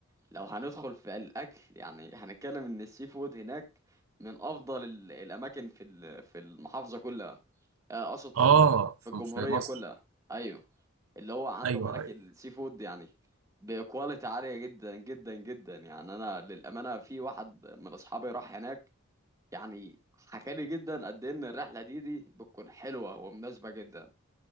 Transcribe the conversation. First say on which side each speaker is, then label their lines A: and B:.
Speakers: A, on the right; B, on the right.
A: لو هندخل في الاكل يعني هنتكلم ان السي فود هناك من افضل ال- الاماكن في ال- في المحافظه كلها آه، اقصد في
B: اه
A: ال- في
B: في
A: الجمهوريه
B: في مصر
A: كلها ايوه اللي هو عندهم
B: ايوه
A: هناك
B: ايوه
A: السي فود يعني بكواليتي عاليه جدا جدا جدا يعني انا للامانه في واحد من اصحابي راح هناك يعني حكى لي جدا قد إيه ان الرحله دي دي بتكون حلوه ومناسبه جدا